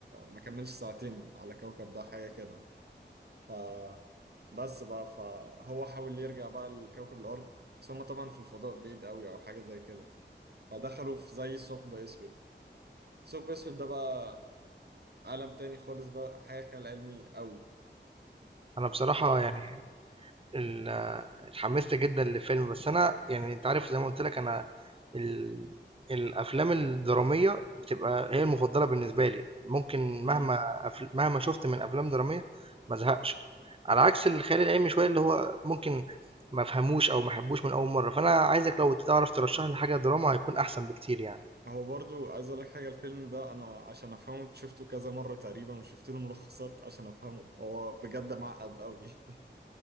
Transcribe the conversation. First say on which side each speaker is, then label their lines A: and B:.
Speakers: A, on the right; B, on the right.
A: ما كملش ساعتين على كوكب ده حاجة كده ف بس بقى فهو حاول يرجع بقى لكوكب الأرض بس هما طبعا في الفضاء بعيد قوي أو حاجة زي كده فدخلوا في زي ثقب أسود ثقب أسود ده بقى عالم تاني خالص بقى حاجة خيال علمي قوي
B: أنا بصراحة
A: ف
B: يعني ال اتحمست جدًا لفيلم، بس أنا يعني أنت عارف زي ما قُلت لك أنا ال الأفلام الدرامية بتبقى هي المفضلة بالنسبة لي، ممكن
A: مم.
B: مهما أفل مهما شُفت من أفلام درامية ما أزهقش، على عكس الخيال العلمي شوية اللي هو ممكن ما أفهموش أو ما أحبوش من أول مرّة، فأنا عايزك لو تعرف ترشّح لي حاجة دراما هيكون أحسن بكتير يعني.
A: فهو برضو عايز أقول لك حاجة الفيلم ده أنا عشان أفهمه شفته كذا مرة تقريبا وشفت له ملخصات عشان أفهمه هو بجد معقد قوي <laughs>